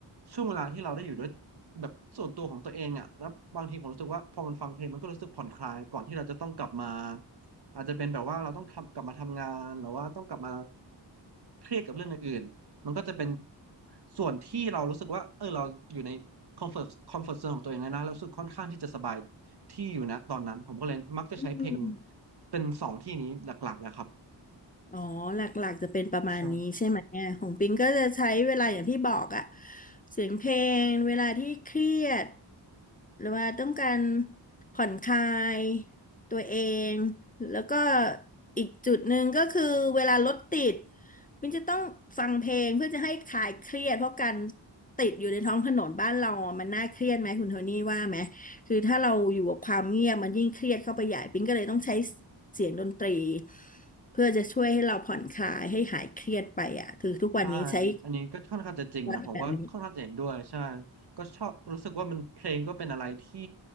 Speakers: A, on the right; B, on the left.
A: ช่วงเวลาที่เราได้อยู่ด้วยแบบส่วนตัวของตัวเองอ่ะแล้วบางทีผมรู้สึกว่าพอมันฟังเพลงมันก็รู้สึกผ่อนคลายก่อนที่เราจะต้องกลับมาอาจจะเป็นแบบว่าเราต้องทำกลับมาทำงานหรือว่าต้องกลับมาเครียดกับเรื่องอื่นๆมันก็จะเป็นส่วนที่เรารู้สึกว่าเออเราอยู่ในคอมฟอร์ตคอมฟอร์ตโซนของตัวเองแล้วนะแล้วรู้สึกค่อนข้างที่จะสบายที่อยู่นะตอนนั้นผมก็เลยมักจะใช้เพลง
B: อืม
A: เป็นสองที่นี้หลักๆนะครับ
B: อ๋อหลักๆจะเป็นประมาณนี้ใช่ไหมเนี่ยของปิงก็จะใช้เวลาอย่างที่บอกอะ
A: ใช่
B: เสียงเพลงเวลาที่เครียดหรือว่าต้องการผ่อนคลายตัวเองแล้วก็อีกจุดหนึ่งก็คือเวลารถติดปิงจะต้องฟังเพลงเพื่อจะให้คลายเครียดเพราะการติดอยู่ในท้องถนนบ้านเราอะมันน่าเครียดไหมคุณโทนี่ว่าไหมคือถ้าเราอยู่กับความเงียบมันยิ่งเครียดเข้าไปใหญ่ปิงก็เลยต้องใช้เสียงดนตรี เพื่อจะช่วยให้เราผ่อนคลายให้หายเครียดไปอ่ะคือทุกวันนี้ใช้
A: ใช่อันนี้อันนี้ก็ค่อนข้างจะจริงนะผมก็ค่อนข้างจะเห็นด้วยใช่
B: วัดแบบนี้
A: ก็ชอบรู้สึกว่ามันเพลงก็เป็นอะไรที่